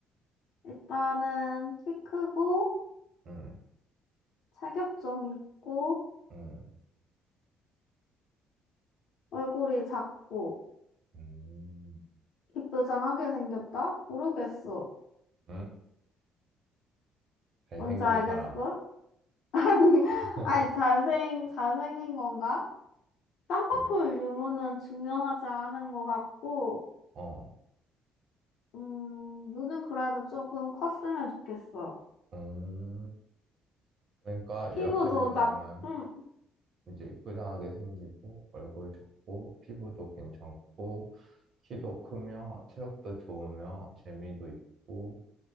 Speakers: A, on the left; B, on the right.
A: 일단은 키 크고,
B: 응,
A: 체격점 있고,
B: 응,
A: 얼굴이 작고,
B: 음,
A: 이쁘장하게 생겼다? 모르겠어.
B: 음, 잘생긴
A: 뭔지 알겠어?
B: 사람.
A: <laughs> 아니,
B: <laughs>
A: 아니, 잘생, 잘생긴 건가? 쌍꺼풀
B: 왜?
A: 유무는 중요하지 않은 것 같고,
B: 어,
A: 음, 눈은 그래도 조금 컸으면 좋겠어.
B: 음. 그러니까
A: 피부도
B: 요약해보자면
A: 나, 음.
B: 이제 이쁘장하게 생기고 얼굴 작고 피부도 괜찮고 키도 크며 체력도 좋으며 재미도 있고